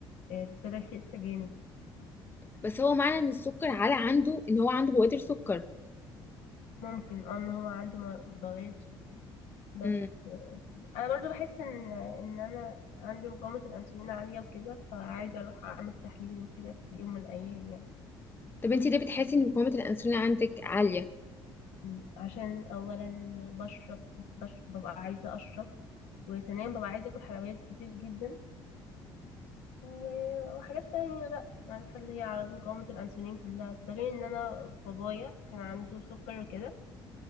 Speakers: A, on the left (about 75°); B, on the left (about 20°).
A: ابتدى يخس جامد
B: بس هو معنى ان السكر على عنده ان هو عنده بوادر سكر
A: ممكن اه ان هو عنده بواسير بس
B: امم
A: انا برضو بحس ان ان انا عندي مقاومة الانسولين عالية وكده فعايزة اروح اعمل تحليل وكده في يوم من الايام يعني
B: طب انت ليه بتحسي ان مقاومه الانسولين عندك عاليه
A: مم. عشان اولا بشرب كت- بش... ببقى عايزة اشرب وثانيا ببقى عايزة اكل حلويات كتير جدا و- وحاجات تانية بقى يعني فاللي هي اعراض مقاومة الانسولين كلها ده غير ان انا بابايا كان عنده سكر وكده